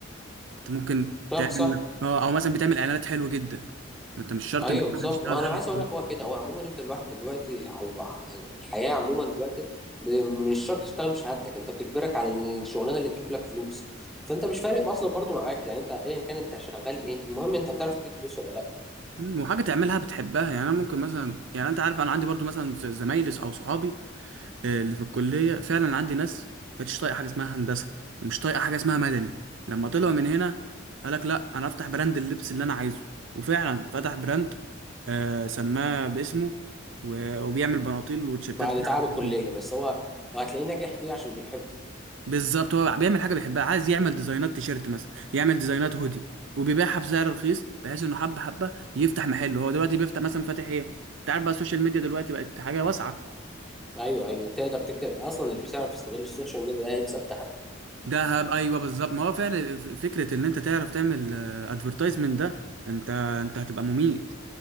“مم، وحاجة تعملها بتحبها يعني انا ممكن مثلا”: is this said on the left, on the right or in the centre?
Right